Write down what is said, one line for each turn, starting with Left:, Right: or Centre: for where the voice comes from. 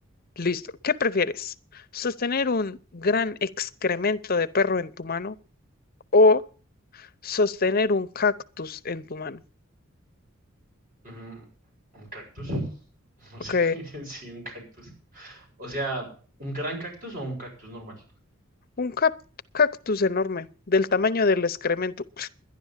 Left: Listo. ¿Qué prefieres? ¿Sostener un gran excremento de perro en tu mano? o Sostener un cactus en tu mano.
Right: Mm, ¿Un cactus? <laughs> No sé,
Left: Ok.
Right: <laughs> sí, un cactus. O sea, ¿un gran cactus o un cactus normal?
Left: Un cap- cactus enorme, del tamaño del excremento.